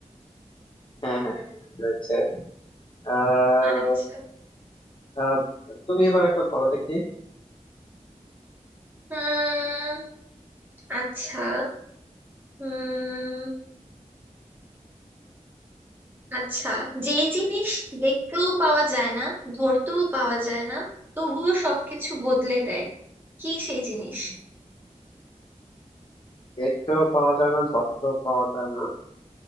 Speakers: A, on the left (about 40°); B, on the right (about 15°).
A: হ্যাঁ হ্যাঁ হ্যাঁ, হয়েছে আর
B: আচ্ছা
A: আহ, তুমি এবার একটা বলো দেখি
B: হুম আচ্ছা হুম আচ্ছা যেই জিনিস দেখতেও পাওয়া যায় না ধরতেও পাওয়া যায় না তবুও সবকিছু বদলে দেয় কি সেই জিনিস
A: দেখতেও পাওয়া যায় না ধরতেও পাওয়া যায় না